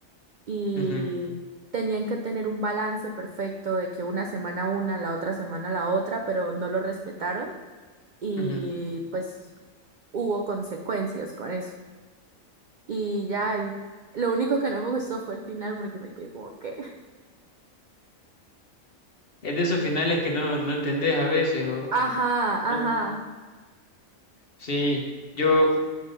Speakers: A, on the right (about 65°); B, on the left (about 45°).
A: y
B: ujú,
A: tenían que tener un balance perfecto de que una semana una, la otra semana la otra, pero no lo respetaron y
B: ujú.
A: pues hubo consecuencias con eso. Y ya, y lo único que no me gustó fue el final porque me quedé como que,
B: Es de esos finales que no, no entendés a veces o,
A: <laughs> ajá,
B: o-
A: ajá,
B: sí. Yo